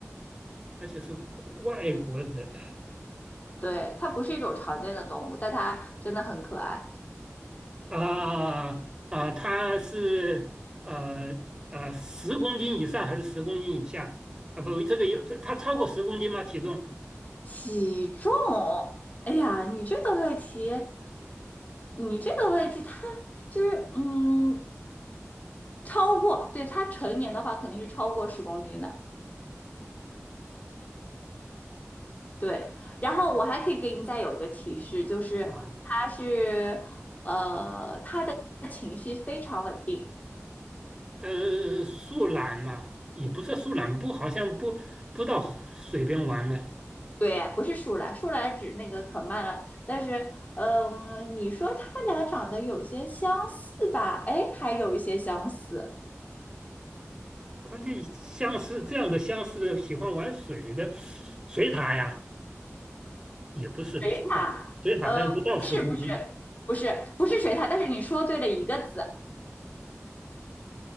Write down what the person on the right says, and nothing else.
而且是外国人，
啊啊，它是呃呃十公斤以上还是十公斤以下？啊，不，这个有这它超过十公斤吗？体重
啊，
呃，树懒嘛，也不是树懒，不，好像不不到水边玩呢。
关键像是这样的，相似的喜欢玩水的水獭呀，也不是吧？
水獭，水獭好像不到十公斤，